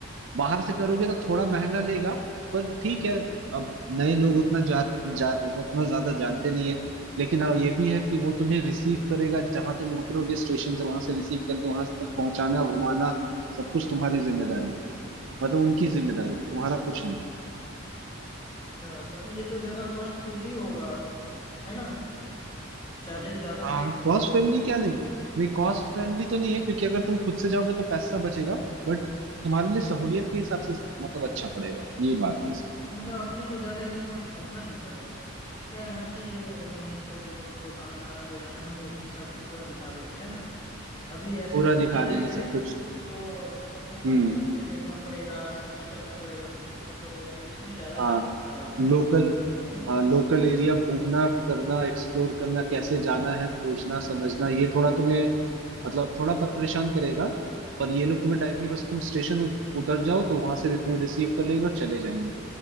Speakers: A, on the right; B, on the left.
A: बाहर से करोगे
B: अच्छा,
A: तो थोड़ा महंगा लेगा पर ठीक
B: हाँ
A: है
B: हाँ
A: अब नए लोग उतना जा, जा उतना ज्यादा जानते नहीं है लेकिन हाँ ये भी है कि वो तुम्हें रिसीव करेगा जहां तुम उतरोगे स्टेशन से वहां से रिसीव करके वहां तक पहुंचाना घुमाना सब कुछ तुम्हारी जिम्मेदारी मतलब उनकी जिम्मेदारी तुम्हारा कुछ नहीं
B: अच्छा, तभी ये तो ज्यादा कॉस्टली होगा है ना चार्जेस ज्यादा
A: हाँ
B: करेंगे वो
A: कॉस्ट
B: तो
A: फ्रेंडली क्या नहीं नहीं कॉस्ट फ्रेंडली तो नहीं है क्योंकि अगर तुम खुद से जाओगे तो पैसा बचेगा बट तुम्हारे लिए सहूलियत के हिसाब से मतलब अच्छा पड़ेगा ये बात है इसकी।
B: मतलब अपने को ज्यादा इधर उधर भटकना नहीं पड़ेगा वो क्या है हर चीज मैनेज कर देंगे उनको कहाँ लाना ले जाना है वो अपने हिसाब से पूरा दिखा देंगे है ना अभी ऐसे
A: पूरा
B: खुद
A: दिखा
B: से जाएंगे
A: देंगे सब कुछ
B: तो अपने को
A: हम्म
B: मैप पे देखना पड़ेगा सर्च करना पड़ेगा पूछना पड़ेगा तो इसमें ज्यादा
A: हाँ
B: टाइम चला जाता
A: लोकल
B: है है ना
A: हाँ लोकल एरिया घूमना करना एक्सप्लोर करना कैसे जाना है खोजना समझना ये थोड़ा तुम्हें मतलब थोड़ा परेशान करेगा पर ये लोग तुम्हें डायरेक्टली बस तुम स्टेशन उतर जाओ तो वहां से तुम्हें रिसीव कर लेंगे और चले जाएंगे